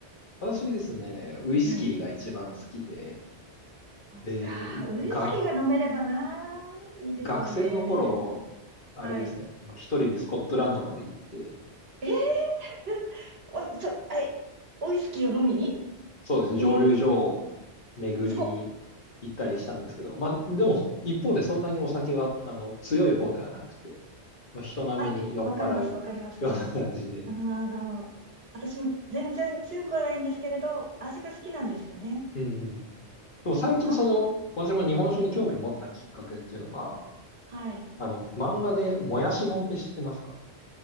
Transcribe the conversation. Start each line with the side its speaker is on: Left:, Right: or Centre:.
Left: 私ですね、ウイスキーが一番好きで、
Right: うん。そっか。
Left: で、
Right: ウイスキーが飲めればな。
Left: 学
Right: いいですよね。
Left: 学生の頃、あれですね、
Right: はい。
Left: まあ一人でスコットランドまで行って、
Right: え、<laughs> お、そ、え、ウイスキーを飲みにっ
Left: そうですね、
Right: ていう、
Left: 蒸留所を巡りに
Right: すごっ。
Left: 行ったりしたんですけど、まあ、でも、一方でそんなにお酒は、あの、強い方ではなくて、まあ、人並みに酔っ払う
Right: あ、わかります、わかります。
Left: <laughs> ような感じで、
Right: うん、あの、私も全然強くはないんですけれど、味が好きなんですよね。
Left: うんうん。でも最近その、
Right: あ
Left: 私も日本酒に興味持ったきっかけっていうのが、
Right: あ、はい。
Left: あの、漫画でもやしもんって知ってますか